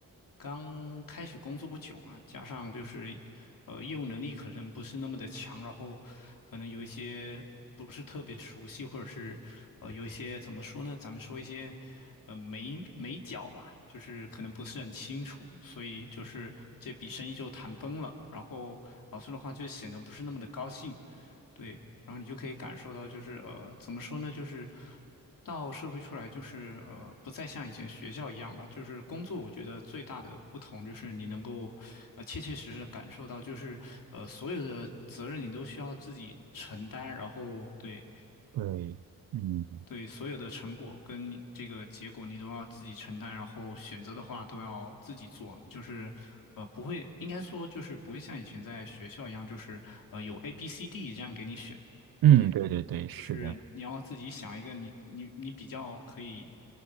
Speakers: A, on the left; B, on the right.
A: 刚开始工作不久嘛，加上就是呃业务能力可能不是那么的强，然后可能有一些不是特别熟悉，或者是呃有一些怎么说呢？咱们说一些呃眉眉角吧，就是可能不是很清楚，所以就是这笔生意就谈崩了。然后老师的话就显得不是那么的高兴，对，然后你就可以感受到，就是呃，怎么说呢，就是到社会出来，就是呃，不再像以前学校一样吧。就是工作，我觉得最大的不同就是你能够，呃，切切实实的感受到，就是呃，所有的责任你都需要自己承担，然后对
B: 对，嗯
A: 对，所有的成果跟这个结果你都要自己承担，然后选择的话都要自己做，就是呃，不会，应该说就是不会像以前在学校一样，就是呃有 A、B、C、D 这样给你选，
B: 嗯，
A: 对，
B: 对对对，是的，
A: 就是你要自己想一个你你你比较可以，